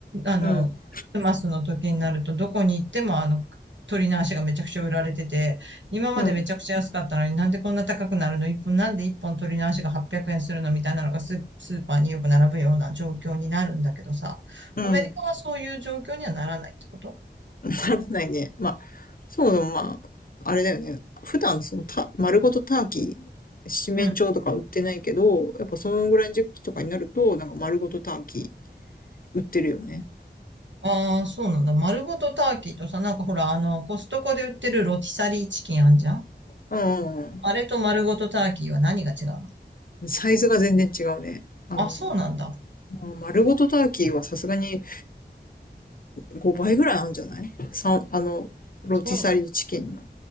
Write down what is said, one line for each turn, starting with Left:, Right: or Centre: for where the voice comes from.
Right: あの、
Left: うん、
Right: クリスマスの時になるとどこに行ってもあの、鳥の足がめちゃくちゃ売られてて、今までめちゃくちゃ安かったのになんでこんな高くなるの一本、
Left: うん、
Right: なんで一本鳥の足が800円するのみたいなのがス、スーパーによく並ぶような状況になるんだけどさ、
Left: うん。
Right: アメリカはそういう状況にはならないってこと
Left: <laughs> ならないね。まあ、そうだ、まあ、あれだよね。普段そのた、丸ごとターキー、七面鳥とか売ってないけど、
Right: うん。
Left: やっぱそのぐらいの時期とかになると、なんか丸ごとターキー売ってるよね。
Right: ああ、そうなんだ。丸ごとターキーとさ、なんかほら、あの、コストコで売ってるロティサリーチキンあんじゃん
Left: うん、うん
Right: あれと丸ごとターキーは何が違うの
Left: うん。サイズが全然違うね。あの、
Right: あ、そうなんだ。
Left: まあ丸ごとターキーはさすがに5倍ぐらいあるんじゃない三あの、ロティサリーチキンの。
Right: そうなんだ